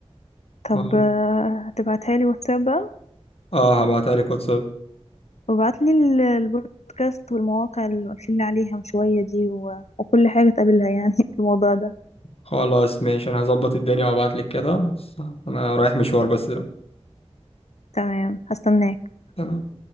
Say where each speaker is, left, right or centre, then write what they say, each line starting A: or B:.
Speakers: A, on the left; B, on the left.
A: طب
B: اه
A: آه، هتبعتها لي واتساب بقى
B: آه، هبعتها لك واتساب
A: وبعتلي ال- البودكاست والمواقع اللي قلتلي عليها من شوية دي و... وكل حاجة تقابلها يعني <laughs> في الموضوع ده
B: خلاص ماشي أنا هظبط الدنيا وأبعت لك كده أنا رايح مشوار بس دلوقتي
A: تمام هستناك
B: تمام